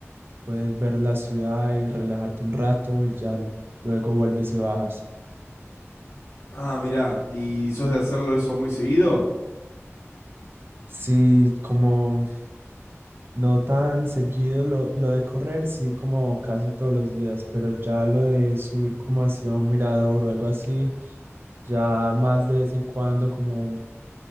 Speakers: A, on the right (about 50°); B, on the left (about 70°).
A: Puedes ver la ciudad y relajarte un rato y ya l- luego vuelves y bajas.
B: Ah, mirá, ¿y sos de hacerlo eso muy seguido?
A: Sí, como no tan seguido lo, lo de correr, sí, como casi todos los días, pero ya lo de subir como hacia un mirador o algo así, ya más de vez en cuando, como